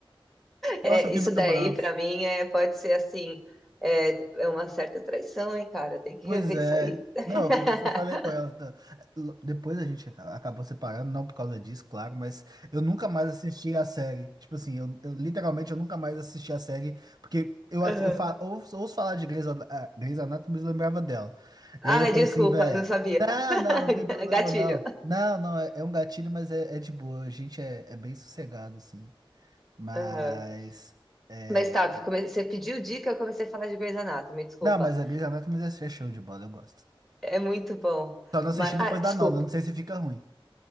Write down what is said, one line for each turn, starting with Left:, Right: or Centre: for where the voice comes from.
Right: Nossa,
Centre: É,
Right: eu fiquei
Centre: isso
Right: muito
Centre: daí,
Right: bravo.
Centre: pra mim, é, pode ser assim, é, é uma certa traição, hein, cara? Tem que
Right: Pois
Centre: rever
Right: é.
Centre: isso aí. <laughs>
Right: Não, eu conversei, eu falei com ela. tá? L- Depois a gente aca- acabou separando, não por causa disso, claro, mas eu nunca mais assisti a série. Tipo assim, eu, eu literalmente eu nunca mais assisti a série, porque eu, ass-
Centre: Aham.
Right: eu fa- ouço, ouço falar de Grey's, Ana- ah, Grey's Anatomy, mas lembrava dela.
Centre: Ai,
Right: E aí eu falei
Centre: desculpa,
Right: assim, velho,
Centre: não sabia.
Right: não,
Centre: <laughs>
Right: não, não tem problema
Centre: Gatilho.
Right: não. Não, não, é, é um gatilho, mas é, é de boa. A gente é, é bem sossegado, assim. Mas.
Centre: Aham.
Right: é,
Centre: Mas tá, come- você pediu dica, eu comecei a falar de Grey's Anatomy, desculpa.
Right: Não, mas a Grey's Anatomy é é show de bola, eu gosto.
Centre: É muito bom.
Right: Só não assisti
Centre: Mas,
Right: depois
Centre: ah, desculpa.
Right: da nona, não sei se fica ruim.